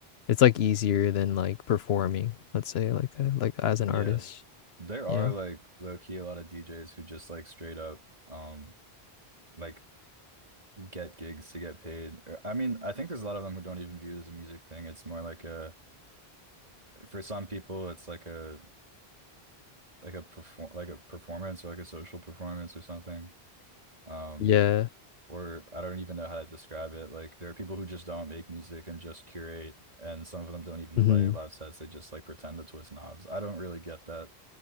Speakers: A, on the left (about 75°); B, on the right (about 40°).
A: it's like easier than like performing, let's say, like a, like as an
B: Yeah.
A: artist.
B: There are
A: Yeah.
B: like low key a lot of DJs who just like straight up um like get gigs to get paid. Or- I mean, I think there's a lot of them who don't even view it as a music thing. It's more like a for some people it's like a like a perform like a performance or like a social performance or something. Um
A: Yeah.
B: or I don't even know how to describe it. Like there are people who just don't make music and just curate and some of them don't even
A: hmm
B: play live sets. They just like pretend to twist knobs. I don't really get that.